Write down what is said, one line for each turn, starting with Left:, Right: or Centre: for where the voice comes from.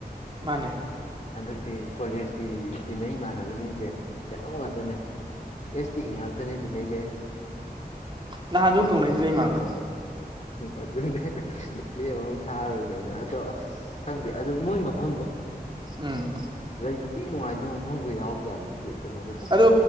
Right: ꯃꯥꯅꯦ
Left: ꯍꯟꯗꯛꯇꯤ ꯀꯣꯂꯦꯖꯀꯤ ꯇꯤꯟꯅꯩ ꯏꯃꯥꯟꯅꯕꯁꯤꯡꯁꯦ ꯀꯩꯅꯣ ꯉꯥꯛꯇꯅꯦ ꯑꯦꯁ ꯇꯤ ꯉꯥꯛꯇꯅꯦ ꯇꯤꯟꯅꯩꯖꯦ ꯑꯩꯅ
Right: ꯅꯍꯥꯟꯖꯨ ꯀꯧꯅꯩꯗꯨꯗꯤ ꯑꯩ ꯃꯥꯡꯗ
Left: ꯑꯗꯨꯅꯦ ꯂꯦꯝ ꯑꯃ ꯊꯥꯔꯣꯏꯗꯕꯅꯦ ꯑꯗꯣ ꯑꯁ ꯈꯪꯗꯦ ꯑꯗꯨ ꯃꯣꯏ ꯃꯐꯝꯗꯣ
Right: ꯎꯝ
Left: ꯂꯩꯕꯗꯤ ꯅꯨꯡꯉꯥꯏꯗꯨꯕ ꯃꯐꯝꯒ ꯌꯥꯎꯖꯥꯠꯅꯦ ꯀꯩꯅꯣꯒꯗꯣ
Right: ꯑꯗꯣ